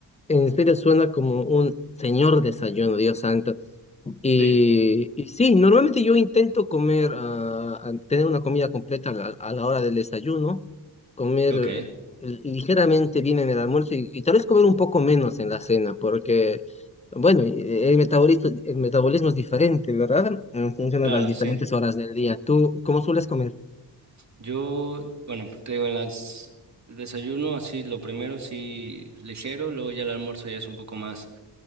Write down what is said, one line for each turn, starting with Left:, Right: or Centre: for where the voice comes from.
Left: en serio suena como un señor desayuno, Dios santo. Y,
Right: Sí.
Left: y sí, normalmente yo intento comer, ah, ah, tener una comida completa a la, a la hora del desayuno, comer
Right: Ok,
Left: eh, ligeramente bien en el almuerzo y, y tal vez comer un poco menos en la cena, porque, bueno, y- el metabolismo, el metabolismo es diferente, ¿verdad? En función
Right: claro,
Left: de las diferentes
Right: sí.
Left: horas del día. ¿Tú cómo sueles comer?
Right: Yo, bueno, te digo, en las el desayuno así lo primero sí ligero, luego ya el almuerzo ya es un poco más